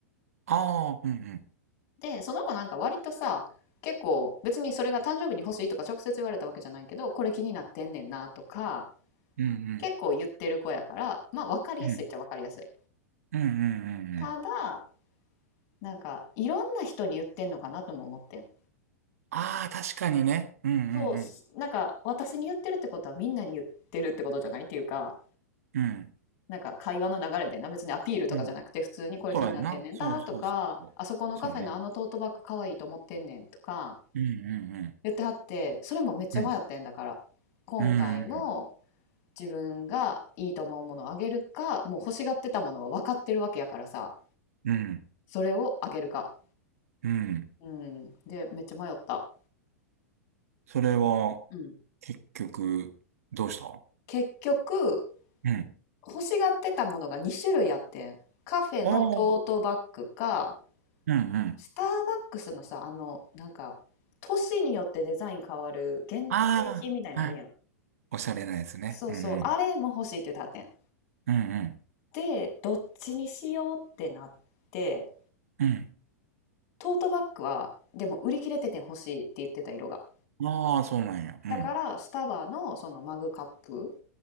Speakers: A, on the right (about 65°); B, on the left (about 45°).
A: ああ、うん、うん、
B: で、その子なんか割とさ、結構別にそれが誕生日に欲しいとか直接言われたわけじゃないけど、これ気になってんねんなとか、
A: うん、
B: 結構言ってる子やから、まあ分かりやすいっちゃ分かりやすい。
A: うん、うん、うん、う
B: ただ、
A: ん、うん。
B: なんかいろんな人に言ってんのかなとも思ってん。
A: ああ、確かにね。うん、うん、
B: そう、なんか私に言ってるってことはみんなに言ってるってことじゃないっていうか、
A: うん、うん、
B: なんか会話の流れでな別にアピールとかじゃなくて普通にこれ気になってんねんだとかあそこのカフェのあのトートバッグかわいいと思ってんねんとか
A: うん。そうやんな。そうそうそうそう。そうね。うん、うん、うん、
B: 言ってはってそれもめっちゃ迷ってんだから今回も
A: うん、う
B: 自分がいいと思うものをあげるかもう欲しがってたものは分かってるわけやからさ
A: ん、うん、うん。
B: それをあげるか
A: うん
B: うんでめっちゃ迷った
A: それは、
B: うん。
A: 結局、どうした
B: 結局
A: うん。
B: 欲しがってたものが2種類あってんカフェのトートバッグか
A: ああ、うんうん。
B: スターバックスのさあのなんか年によってデザイン変わる限定品みたいなのあるやん
A: ああ、はい。おしゃれなやつね。
B: そうそうあれも欲しいって言ってはってん
A: うんうん。うん
B: で、どっちにしようってなって、
A: うん。
B: トートバッグはでも売り切れてて欲しいって言ってた色が。
A: うん。ああ、そうなんや。うん。
B: だからスタバのそのマグカップ